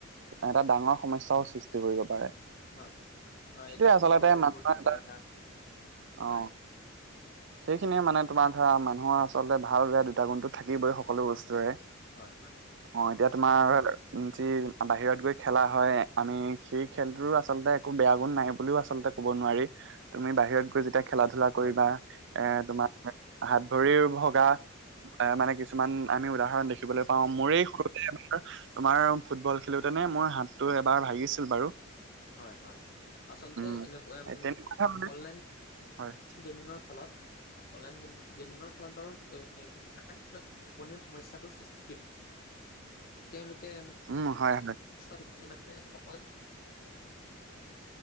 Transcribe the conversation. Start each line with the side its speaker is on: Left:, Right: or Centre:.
Right: এটা ডাঙৰ সমস্যাও সৃষ্টি কৰিব পাৰে।
Left: হয় অ
Right: টোৱে
Left: এতিয়া
Right: আচলতে
Left: তুমি ক'লাই
Right: মানুহৰ
Left: বহুত খিনি
Right: এটা,
Left: কথা
Right: অ'।
Left: হয়
Right: সেইখিনিয়ে মানে তোমাৰ ধৰা মানুহৰ আচলতে ভাল বেয়া দুটা গুণটো থাকিবই সকলো বছ তোৰে।
Left: হয় হয়
Right: অ' এতিয়া তোমাৰ
Left: হয়
Right: যি বাহিৰত গৈ খেলা হয় আমি সেই খেলটোৰো আচলতে একো বেয়া গুণ নাই বুলিও আচলতে ক'ব নোৱাৰি। তুমি বাহিৰত গৈ যেতিয়া খেলা ধূলা
Left: হয়
Right: কৰিবা।
Left: হয়
Right: এ, তোমাৰ হাত ভৰিৰ ভগা, এ, মানে কিছুমান
Left: উম
Right: আমি
Left: হয়
Right: উদাহৰণ দেখিবলৈ পাওঁ। মোৰেই সৰুতে <unintelligible> তোমাৰ ফুটবল খেলোতেনে মোৰ হাতটো এবাৰ ভাগিছিল বাৰু।
Left: হয় হয়। আচলতে
Right: উম
Left: এনেকুৱা
Right: তেনেকুৱা ধৰ মানে
Left: অনলাইন
Right: হয়।
Left: গেমিঙৰ ফলত, অনলাইন গেমিঙৰ ফলত বাৰু <unintelligible> টোপনিৰ সমস্যাটোৰ সৃষ্টি, তেওঁলোকে
Right: উম, হয় হয়।
Left: <unintelligible> <unintelligible>